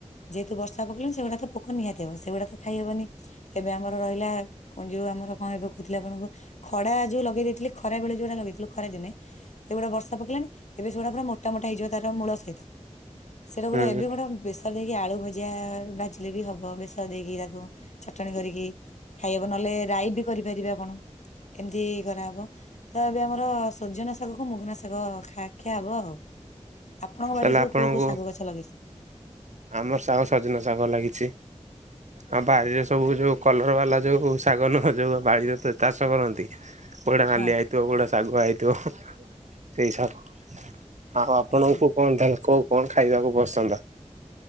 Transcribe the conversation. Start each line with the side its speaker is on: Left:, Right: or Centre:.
Left: ଯେହେତୁ ବର୍ଷା ପକାଇଲାଣି ସେଗୁଡାକ ତ ପୋକ ନିହାତି ହବ ସେଗୁଡାକ ଖାଇ ହବନି। ଏବେ ଆମର ରହିଲା, କଣ ଯୋଉ ଆମର କଣ ଏବେ କହୁଥିଲେ ଆପଣଙ୍କୁ ଖଡା ଯୋଉ ଲଗେଇ ଦେଇଥିଲି ଖରାବେଳେ ଯୋଉଗୁରା ଲଗେଇଥିଲୁ ଖରାଦିନେ ଏଗୁଡା ବର୍ଷା ପକେଇଲାଣି, ଏବେ ସେଗୁଡା ପୁରା ମୋଟ ମୋଟା ହେଇଯିବ ତାର ମୂଳ ସହିତ ସେଇଟା ଗୋଟେ
Right: ହୁଁ
Left: ଏବେ ଗୋଟେ ବେସର ଦେଇକି ଆଳୁ ଭୁଜିଆ ଭାଜିଲେ ବି ହବ ବେସର ଦେଇକି ତାକୁ ଚଟଣି କରିକି ଖାଇହେବ ନହଲେ ରାଇ ବି କରିପାରିବେ ଆପଣ, ଏମିତି କରାହେବ, ତ ଏବେ ଆମର ସଜନା ଶା ଶାଗକୁ ମୁଗୁନା ଶାଗ ଖା ଖିଆ ହବ ଆଉ, ଆପଣଙ୍କ
Right: ତାହେଲେ
Left: ବାଡିରେ ସବୁ
Right: ଆପଣଙ୍କୁ
Left: କୋଉ କୋଉ ଶାଗ ଗଛ ଲଗେଇଛନ୍ତି?
Right: ଆମର ଶାଗ ସଜନା ଶାଗ ଲାଗିଛି। ଆମ ବାରିରେ ସବୁ ଯୋଉ କଲର ବାଲା ଯୋଉ ଶାଗ ନୁହଁ ଯୋଉ ବାଡିରେ ତ ଚାଷ କରନ୍ତି କୋଉଟା ନାଲିଆ
Left: ହଁ
Right: ହେଇଥିବ କୋଉଟା ଶାଗୁଆ ହେଇଥିବ, ସେଇ ଶାଗ। ଆଉ ଆପଣଙ୍କୁ
Left: ଆଚ୍ଛା
Right: କଣଟା କୋଉ କଣ ଖାଇବାକୁ ପସନ୍ଦ?